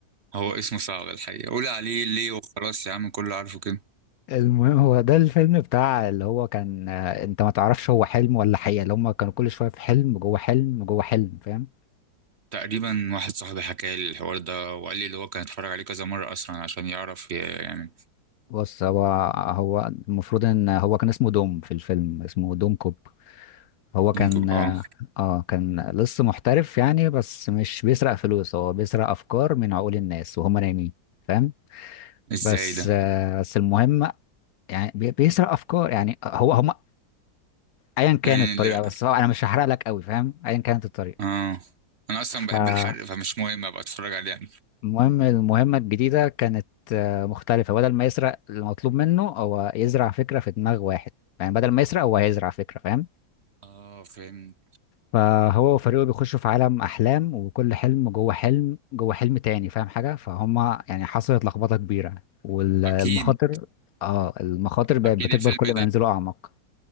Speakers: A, on the right; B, on the left.
A: هو اسمه صعب الحقيقه قول عليه ليه وخلاص يا عم كله عارفه كده
B: المهم هو ده الفيلم بتاع اللي هو كان آه، انت ما تعرفش هو حلم ولا حقيقه اللي هم كانوا كل شويه في حلم جوه حلم جوه حلم فاهم
A: تقريبا واحد صاحبي حكى لي الحوار ده وقال لي اللي هو كان اتفرج عليه كذا مره اصلا عشان يعرف ي- يعني
B: بص هو هو المفروض ان هو كان اسمه دوم في الفيلم اسمه دوم كوب هو
A: ممكن
B: كان
A: اه
B: اه كان لص محترف يعني بس مش بيسرق فلوس هو بيسرق افكار من عقول الناس وهم نايمين فاهم
A: ازاي
B: بس
A: ده
B: آه بس المهم يعني بي- بيسرق افكار يعني هو هم ايا كانت
A: يعني
B: الطريقه
A: ده
B: بس هو انا مش هحرق لك قوي فاهم ايا كانت الطريقه
A: اه انا اصلا
B: فالمهم
A: بحب الحرق فمش مهم ابقى اتفرج عليه يعني
B: المهمه الجديده كانت آه، مختلفه بدل ما يسرق المطلوب منه هو يزرع فكره في دماغ واحد يعني بدل ما يسرق هو هيزرع فكره فاهم
A: اه فهمت
B: فهو وفريقه بيخشوا في عالم احلام وكل حلم جوه حلم جوه حلم تاني فاهم حاجه فهم يعني حصلت لخبطه كبيره والمخاطر
A: اكيد
B: اه المخاطر بقت
A: اكيد
B: بتكبر
A: الفيلم
B: كل ما ينزلوا اعمق